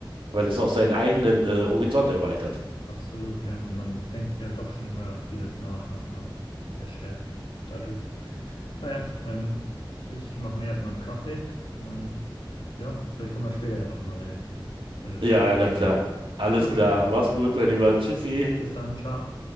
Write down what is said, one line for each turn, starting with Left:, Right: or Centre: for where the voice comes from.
Right: weil es auch seinen eigenen äh, Horizont erweitert.
Left: absolut, ja. Und man denkt ja doch schon über vieles nach nochmal verstärkt dadurch. Naja, ähm, ich mache mir erstmal einen Kaffee und ja, vielleicht können wir später ja nochmal reden, wenn du Zeit
Right: Ja,
Left: hast.
Right: na klar. Alles
Left: Na gut,
Right: klar. Mach's gut, mein Lieber. Tschüssi.
Left: bis dann, ciao.